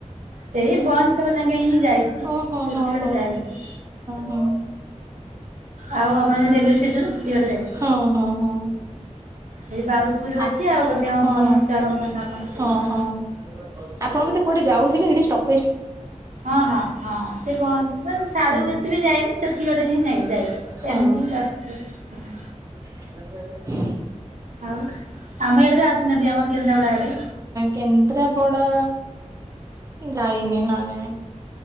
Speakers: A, on the right; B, on the right.
A: ସେଇ ବନ୍ଦ ଛକ ଯାଙ୍କେ ହିଁ ଯାଇଛି
B: ହଁ ହଁ
A: ବେଶୀ
B: ହଁ
A: ବାଟ
B: ହଁ
A: ଯାଏନି।
B: ହଁ
A: ଆଉ ଆପଣ ଯ ରେଲୱେ ଷ୍ଟେସନ ଏତିକି ବାଟ ଯାଇଛି
B: ହଁ ହଁ ହଁ ହଁ
A: ସେଠି ବାଉଦପୁର
B: ଆ
A: ଅଛି ଆଉ ଗୋଟେ ଆପଣ
B: ହଁ
A: ଚରମ୍ପନା <unintelligible>
B: ହଁ ହଁ ଆପଣ ବଧେ କୁଆଡେ ଯାଉଥିଲେ ଏଠି ଷ୍ଟପେ
A: ହଁ ହଁ ହଁ ସେ କହନ୍ତି ସାଢଡୁକୁ
B: ହଁ
A: ବେଶୀ ବି ଯାଇନି ସେତି ବାଟ ହିଁ ଯାଇଛି। ସେମିତି
B: ହଁ
A: <unintelligible>
B: <unintelligible>
A: ଆଉ ଆମେ ଇଆଡେ ତ ଆସିନହାନ୍ତି ଆମ କେନ୍ଦ୍ରାପଡ଼ା ଆଡେ।
B: କେନ୍ଦ୍ରାପଡ଼ା ଯାଇନି ନା ଯାଇନି।